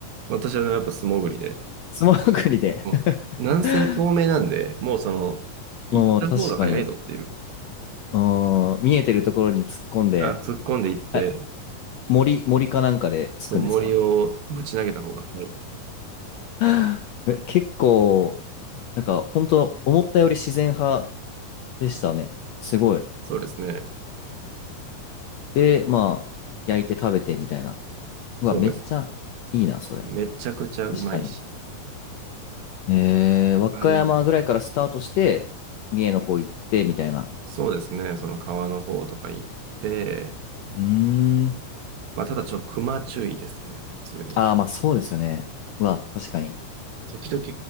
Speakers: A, on the right; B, on the left.
A: 私はやっぱ素潜りで、
B: 素潜りで
A: もう、
B: <laughs>
A: 南西透明なんで、もうその、行った方が早いぞっていう、
B: まあまあ、確かに。うーん、見えてるところに突っ込んで、
A: あ、突っ込んでいって、
B: え、森、森かなんかで突くんですか
A: そう、森をぶち投げた方が、はい。
B: <laughs> え、結構、なんか、本当思ったより自然派でしたね。すごい。
A: そうですね。
B: で、まあ、焼いて食べてみたいな。うわ、
A: そうです。
B: めっちゃいいな、それ。
A: めちゃくちゃうまいし。
B: 確かに。えー、和歌山ぐらいからスタートして、
A: あれ、
B: 三重の方行って、みたいな。
A: そうですね。その川の方とか行って、
B: うーん。
A: まあ、ただちょっと熊注意ですけどね、普通に。
B: ああ、まあそうですよね。うわ、確かに。
A: 時々、